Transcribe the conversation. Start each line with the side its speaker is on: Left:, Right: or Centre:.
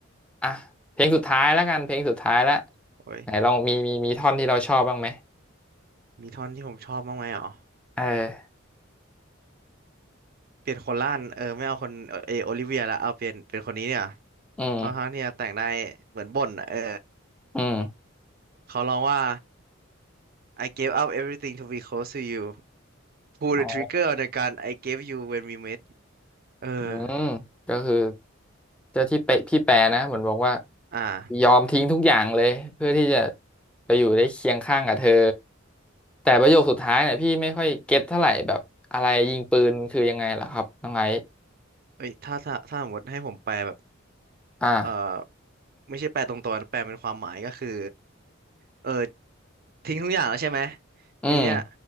Centre: อ่ะเพลงสุดท้ายแล้วกัน เพลงสุดท้ายแล้ว
Right: โอ้ย
Centre: ไหนลองมีมีมีท่อนที่เราชอบบ้างไหม
Right: มีท่อนที่ผมชอบบ้างไหมอ๋อ
Centre: เออ
Right: เปลี่ยนคนล่านเออไม่เอาคนเออเอโอลิเวียละเอาเปลี่ยนเป็นคนนี้เนี่ย
Centre: อืม
Right: ค่อนข้างที่จะแต่งได้เหมือนบ่นอะเออ
Centre: อืม
Right: เขาร้องว่า I gave up everything to be close to you pull the
Centre: อ๋อ
Right: trigger on the gun I gave you when we met เออ
Centre: อืมก็คือเจ้าที่เปพี่แปรนะเหมือนบอกว่า
Right: อ่า
Centre: ยอมทิ้งทุกอย่างเลยเพื่อที่จะไปอยู่ได้เคียงข้างกับเธอแต่ประโยคสุดท้ายเนี่ยพี่ไม่ค่อยเก็ตเท่าไหร่แบบอะไรยิงปืนคือยังไงล่ะครับน้องไอซ์
Right: เอ้ยถ้าถ้าถ้าสมมติให้ผมแปลแบบ
Centre: อ่า
Right: เอ่อไม่ใช่แปลตรงตัวนะแปลเป็นความหมายก็คือเออทิ้งทุกอย่างแล้วใช่ไหม
Centre: อืม
Right: ทีเนี้ย